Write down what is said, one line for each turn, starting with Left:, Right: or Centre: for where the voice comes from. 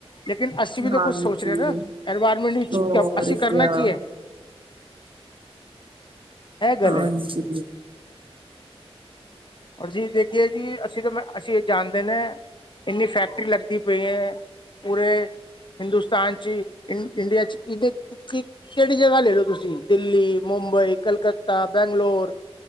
Left: ਲੇਕਿਨ ਅਸੀਂ ਵੀ
Right: ਹਾਂਜੀ
Left: ਤਾਂ ਕੁੱਛ ਸੋਚ ਰਹੇ ਨਾ, ਐਨਵਾਇਰਮੈਂਟ ਵਿੱਚ
Right: ਹੋਰ
Left: ਅ ਅਸੀਂ ਕਰਨਾ
Right: ਕਿਆ
Left: ਕੀ ਐ। ਇਹ ਗੱਲ
Right: ਹਾਂਜੀ,
Left: ਹੈ ਜੀ ਦੇਖੀਏ ਜੀ ਅਸੀਂ ਤਾਂ ਮ ਅਸੀਂ ਇਹ ਜਾਣਦੇ ਨੇ। ਇੰਨੀ ਫੈਕਟਰੀ ਲੱਗਦੀ ਪਈ ਐ। ਪੂਰੇ, ਹਿੰਦੁਸਤਾਨ 'ਚ ਇੰਡੀਆ 'ਚ ਇਦੀ ਕਿ ਕਿਹੜੀ ਜਗ੍ਹਾ ਲੈਲੋ ਤੁਸੀਂ ਦਿੱਲੀ ਮੁੰਬਈ ਕਲਕੱਤਾ ਬੈਂਗਲੋਰ